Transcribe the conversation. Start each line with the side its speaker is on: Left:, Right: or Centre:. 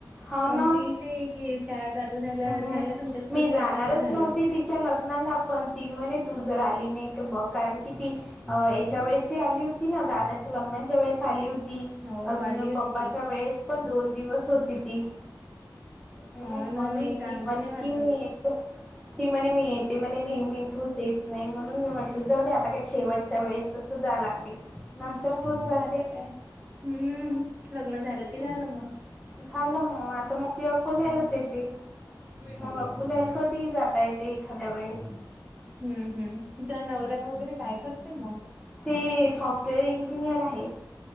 Centre: हो
Right: म्हणतील
Centre: ना
Right: ते कि शाळा चालू झाल्या
Centre: हम्म
Right: झाल्या तुमच्यात सुट्ट्या
Centre: मी जाणारच
Right: चालू झाल्या
Centre: नव्हती तिच्या लग्नाला पण ती म्हणे तू जर आली नाही बघ कारण की ती अ याच्या वेळेस ह आली होती ना दादाच्या लग्नाच्या वेळेस आली होती ती
Right: हो
Centre: अजून
Right: आली
Centre: मग
Right: होती
Centre: पप्पाच्या
Right: ती
Centre: वेळेस पण दोन दिवस होती ती हम्म
Right: हो
Centre: म्हणून
Right: ना नाही चांगलं
Centre: ती म्हणे
Right: नाही वाटत
Centre: कि मी येतो ती म्हणे मी येत ते मणे नेहमी ूस येत नाही म्हणून मी म्हटले जाऊ दे आता काही शेवटच्या वेळेस असं जा लागते नंतर
Right: हो
Centre: खून जाते
Right: आता काय हम्म,
Centre: हम्
Right: लग्न झालं की झालं
Centre: ह
Right: मग.
Centre: झाल मग आता मग द खुल्यालाच येते मग
Right: हो.
Centre: खुल्याला कधी जाता येते एखाद्या वेळी
Right: हम्म हम्म तिचा नवरा्या वगैरे काय करते मग
Centre: ते सॉफ्टवेअर इंजिनिअर आहे